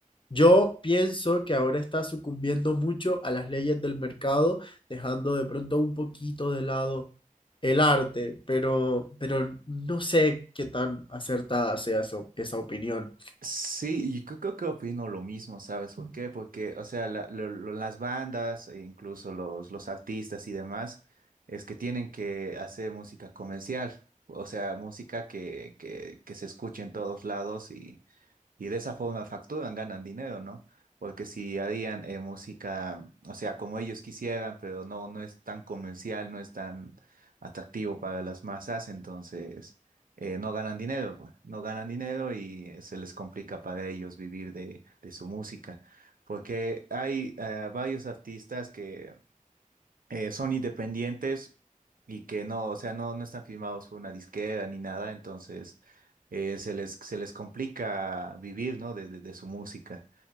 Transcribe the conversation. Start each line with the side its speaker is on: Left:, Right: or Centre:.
Left: yo pienso que ahora está sucumbiendo mucho a las leyes del mercado, dejando de pronto un poquito de lado el arte, pero, pero no sé qué tan acertada sea eso- esa opinión.
Right: Sí, y creo, creo que opino lo mismo, ¿sabes por qué? Porque, o sea, la- lo- lo- las bandas, e incluso los, los artistas y demás, es que tienen que hacer música comercial, o sea, música que, que, que se escuche en todos lados Y de esa forma facturan, ganan dinero, ¿no? Porque si harían eh, música, o sea, como ellos quisieran, pero no, no es tan comercial, no es tan atractivo para las masas, entonces eh, no ganan dinero, pues, no ganan dinero y eh, se les complica para ellos vivir de, de su música. Porque hay eh, varios artistas que eh, son independientes y que no, o sea, no, no están firmados por una disquera ni nada, entonces eh, se les, se les complica vivir, ¿no? De, de- de su música.